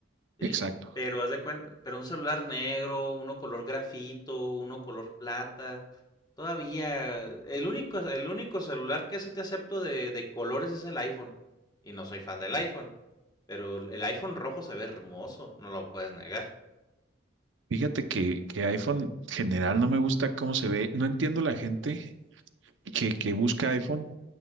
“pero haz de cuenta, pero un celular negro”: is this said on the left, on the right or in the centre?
Left